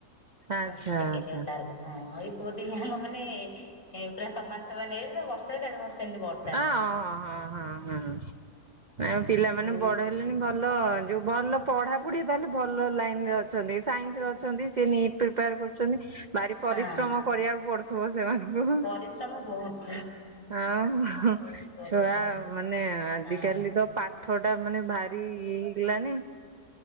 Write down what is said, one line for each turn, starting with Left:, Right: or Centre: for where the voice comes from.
Right: ଆଚ୍ଛା
Left: ପ୍ଲସ୍ ଟୁ ସେକେଣ୍ଡ୍
Right: ଆଚ୍ଛା।
Left: ଇୟର ତାର ବି। ହଁ ଏଇ ପୁଅ ଦି ‌ହାନକ ମାନେ ପୁରା ସମାନ ସମାନ ଏଜ୍ ବର୍ଷ ଦେଢ ବର୍ଷ ଏମିତି ବର୍ଷାରେ
Right: ଅ
Left: ହଁ
Right: ହଁ ହଁ ହଁ ପିଲାମାନେ
Left: ସିଏ
Right: ବଡ ହେବ ଭଲ ଯୋଉ ଭଲ ପଢାପଢି ତାହେଲେ ଭଲ ଲାଇନରେ ଅ ଅଛନ୍ତି ସେ ସାଇନ୍ସରେ ଅଛନ୍ତି ସେ ନିଟ ପ୍ରିପେୟାର କରୁଛନ୍ତି। ଭାରି ପରିଶ୍ରମ
Left: ହଁ
Right: କରିବାକୁ ପଡୁଥିବ ସେମାନଙ୍କୁ
Left: ପରିଶ୍ରମ ବହୁତ
Right: ଆଉ ହଁ।
Left: ବହୁତ ପରିଶ୍ରମ
Right: ଛୁଆ ମାନେ ଆଜିକାଲି
Left: ହଁ
Right: ତ ପାଠଟା ମାନେ ଭାରି ଇଏ ହେଇଗଲାଣି।